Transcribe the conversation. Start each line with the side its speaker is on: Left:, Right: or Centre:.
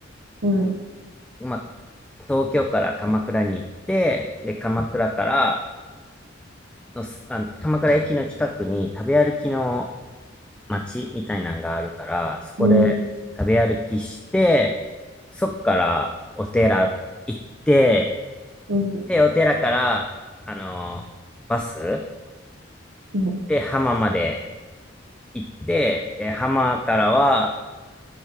Right: うん。
Centre: まあ、東京から鎌倉に行って、で、鎌倉からのす、あの、鎌倉駅の近くに食べ歩きの街みたいなのがあるから、そこで食べ歩きして、
Right: うん。
Centre: そっからお寺行って、
Right: うん。
Centre: で、お寺から、あの、バス
Right: うん。
Centre: で浜まで行って、で、浜からは、